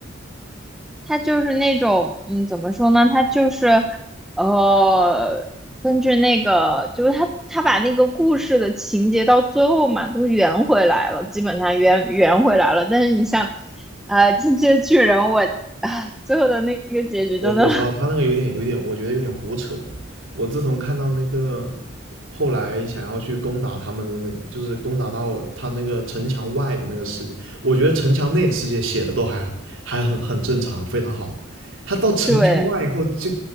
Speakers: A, in the centre; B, on the right (about 75°).
A: <laughs>，他就是那种，嗯，怎么说呢？他就是，呃，根据那个，就是他他把那个故事的情节到最后嘛，都圆回来了，基本上圆圆回来了。但是你像，呃，《进击的巨人》我，啊，最后的那个结局真的，
B: 我我知道他那个有点有点，我觉得有点胡扯了。我自从看到那个后来想要去攻打他们的那，就是攻打到他那个城墙外的那个世界，我觉得城墙内的世界写的都还还很很正常，非常好。他到城墙外以后就
A: <laughs> 对。